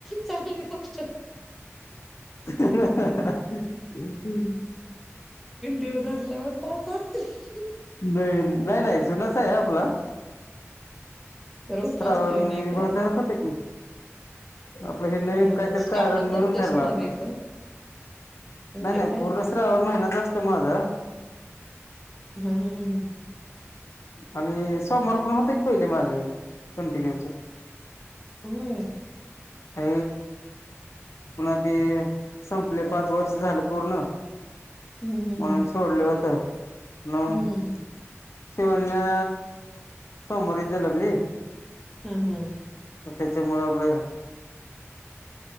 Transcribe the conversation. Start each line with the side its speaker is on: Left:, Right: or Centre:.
Centre: चांगली गोष्ट
Left: <inaudible>
Centre: देवदरलावडत तर <unintelligible>
Left: नाही नाही नाही जुनच आहे आपला
Centre: खरं उपवास
Left: श्रावण
Centre: नवीन आहे काय?
Left: धरत होते की आपलं हे नवीन
Centre: ह
Left: काहीतरी
Centre: श्रावणात
Left: कारण म्हणून
Centre: धरतोय
Left: धरलं
Centre: सोडा
Left: आपलं
Centre: मी पण. होय
Left: नाही नाही
Centre: काय?
Left: पूर्ण श्रावण महिन्याचा असत माझा
Centre: हा हा हा हा
Left: आणि सोमवार पण होते कि पहिले माझे कंटिन्यूच
Centre: होय
Left: अ पुन्हा ते संपले पाच वर्ष झालं पूर्ण
Centre: हम्म हम्म
Left: म्हणून
Centre: हम्म
Left: सोडलं होतं मंग
Centre: हम्म
Left: शिवन्या सोमवारी जलमली
Centre: हा हा
Left: त्याच्यामुळ आपलं,